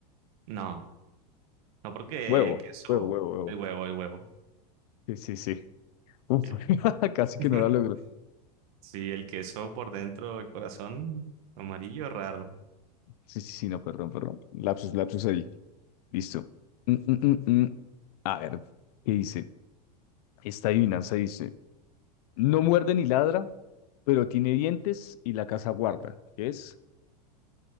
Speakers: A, on the right (about 60°); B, on the left (about 65°).
A: No, no porque
B: huevo,
A: el queso,
B: huevo, huevo, huevo.
A: el huevo, el huevo.
B: Sí, sí, sí. Uf,
A: El-
B: <laughs> casi
A: <laughs>
B: que no la logro.
A: Sí, el queso por dentro, el corazón amarillo, raro.
B: Sí, sí, sí, no, perdón, perdón. Lapsus, lapsus ahí. Listo. Mm, mm, mm, mm. A ver, ¿qué dice? Esta adivinanza dice, no muerde ni ladra, pero tiene dientes y la casa guarda. ¿Qué es?